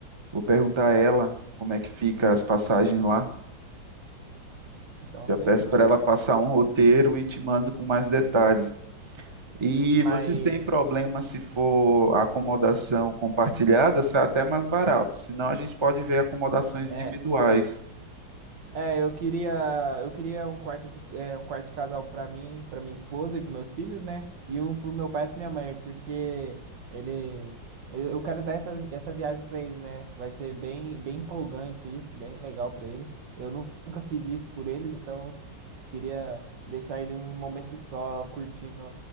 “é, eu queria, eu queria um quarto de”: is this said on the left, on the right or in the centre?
Right